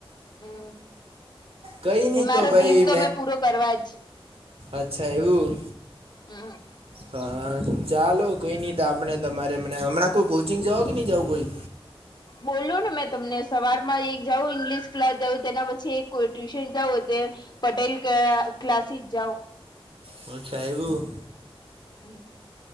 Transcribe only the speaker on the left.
હમ
મારો
ડીમ તો મેં પૂરો કરવા જ
હમ.
બોલું ને મેં તમને સવાર માં એક જાઉં ઈંગ્લિશ ક્લાસ જઉ તેના પછી એક ટ્યુશન જાઉું. પટેલ ક ક્લાસી જાઓ.
હમ.